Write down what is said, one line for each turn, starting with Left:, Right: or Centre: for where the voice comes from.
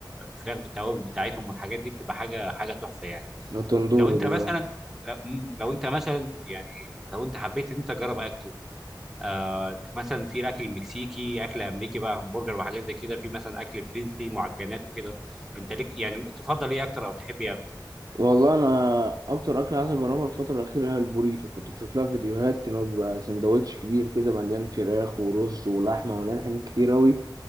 Centre: الفراخ بالتوابل بتاعتهم والحاجات دي بتبقى حاجه حاجه تحفه يعني
Right: التندور
Centre: لو انت
Right: دي
Centre: مثلا
Right: اه
Centre: لو, مم، لو انت مثلا يعني لو انت حبيت ان انت تجرب اكل آه مثلا في الاكل المكسيكي اكل امريكي بقى همبرجر وحاجات زي كده في مثلا اكل فرنسي معجنات وكده انت ليك يعني تفضل ايه اكتر او تحب ايه اكتر
Right: والله انا اكتر اكل عايز اجربها الفتره الاخيره هي البوريتو كنت بشوف لها فيديوهات ان هو بيبقى سندوتش كبير كده مليان فراخ ورز ولحمه ومليان حاجات كتير اوي